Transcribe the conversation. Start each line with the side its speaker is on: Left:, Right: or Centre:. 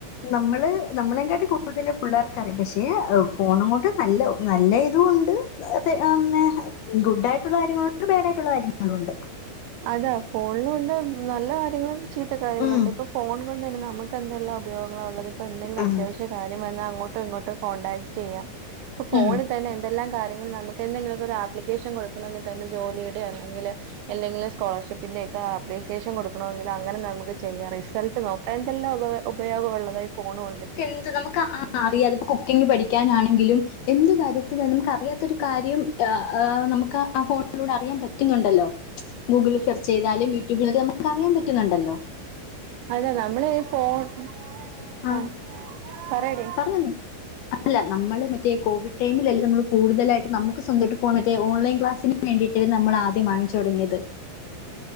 Left: നമ്മള് നമ്മളെ കാട്ടി കൂടുതല് പിള്ളേർക്കറിയാം പക്ഷെ എഹ് ഫോണുങ്ങൊണ്ട് നല്ല നല്ല ഇതുണ്ട് <unintelligible> ഗുഡായിയിട്ടുള്ള കാര്യങ്ങളുണ്ട് ബാഡ് ആയിട്ടുള്ള കാര്യങ്ങളും ഉണ്ട്
Right: അതാ ഫോണിലുണ്ട് നല്ല കാര്യങ്ങള്ണ്ട് ചീത്ത കാര്യങ്ങളുണ്ട്
Left: ഉം.
Right: ഇപ്പൊ ഫോൺ കൊണ്ട് തന്നെ നമ്മക്ക് എന്തെല്ലാം ഉപയോഗങ്ങളാ ഒള്ളത് ഇപ്പ എന്തെങ്കിലും
Left: ആ.
Right: അതാവശ്യ കാര്യം വന്നാ അങ്ങോട്ടോ ഇങ്ങോട്ടോ കോണ്ടാക്ട് ചെയ്യാ ഇപ്പൊ ഫോണി
Left: ഉം.
Right: തന്നെ എന്തെല്ലാം കാര്യങ്ങള് നമ്മക്ക് എന്തെങ്കിലൊക്ക ഒരു ആപ്ലിക്കേഷൻ കൊടുക്കണോങ്കി തന്നെ ജോലിടെയോ അല്ലെങ്കില് എന്തെങ്കിലും സ്കോളർഷിപ്പിൻ്റെയൊക്കെ ആപ്ലിക്കേഷൻ കൊടുക്കണോങ്കില് അങ്ങനെ നമക്ക് ചെയ്യാം റിസൾട്ട്നോക്കാം എന്തെല്ലാം ഉപ ഉപയോഗ ഒള്ളതാ ഈ ഫോണ് കൊണ്ടിട്ട്
Left: <unintelligible> നമ്മക്കാ ആഹ് അറിയാ അത് ഇപ്പം കുക്കിംഗ് പഠിക്കാനാണെങ്കിലും എന്തു കാര്യത്തിനാ നമ്മക്ക് അറിയാത്തൊരു കാര്യം ആഹ് ഏഹ് നമക് ക്കാ ആ ഫോണിലൂടെ അറിയാൻ പറ്റുന്നുണ്ടല്ലോ ഗൂഗിൽ സെർച്ച് ചെയ്താലും യൂട്യൂബിലത് നമ്മക്ക് അറിയാൻ പറ്റുന്നുണ്ടല്ലോ
Right: അതെ നമ്മള് ഈ ഫോൺ
Left: അ
Right: ആ പറയടി
Left: പറഞ്ഞൊ നീ അല്ല നമ്മള് മറ്റേ കോവിഡ് ടൈമിൽല്ല നമ്മള് കൂടുതായിട്ട് നമുക്ക് സ്വന്തമായിട്ട ഫോൺ മറ്റേ ഓൺലൈൻ ക്ലാസിന് വേണ്ടീട്ടായിരുന്നു നമ്മൾ ആദ്യം വാങ്ങിച്ച് തൊടങ്ങിയത്